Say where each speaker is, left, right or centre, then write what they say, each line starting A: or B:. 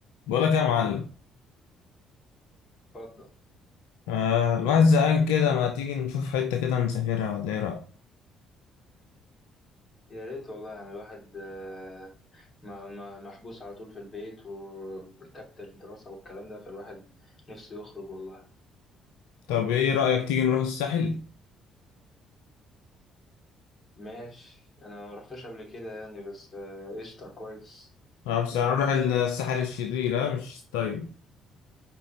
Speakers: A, on the left; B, on the left.
A: بقولك يا معلم
B: اتفضل
A: آه الواحد زهقان كده ما تيجي نشوف حتة كده نسافرها ولا ايه رأيك
B: يا ريت والله يعني الواحد آه، ما ما محبوس على طول في البيت وكبت الدراسة والكلام ده فالواحد نفسه يخرج والله
A: طب ايه رأيك تيجي نروح الساحل
B: ماشي انا ما رحتش قبل كده يعني بس آه، قشطة كويس
A: آه بس هنروح الساحل الشرير اه مش طيب